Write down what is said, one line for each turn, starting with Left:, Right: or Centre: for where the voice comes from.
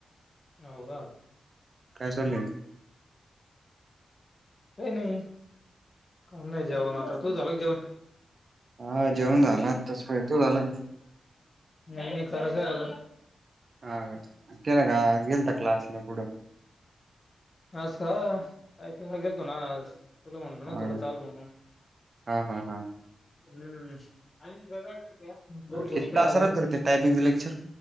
Left: हो का?
Right: काय चालंय?
Left: अय नाही कर नाही जेवण आता तूह झालं का जेवण?
Right: हा जेवण झाला आताच काय तू झाला
Left: नाई मी करतय आजून.
Right: हा का तेला काय दिवून टाकला असला पडून
Left: आज का टायपीगं ले गेलतो ना आज. तुला म्हनल ना
Right: हा
Left: तुका चाल म्हणून.
Right: हा हा
Left: हम्म न्यू
Right: हा
Left: टास्क
Right: किती
Left: आलं
Right: तास
Left: नाई.
Right: राहतो रे ते टायपिंगचं लेक्चर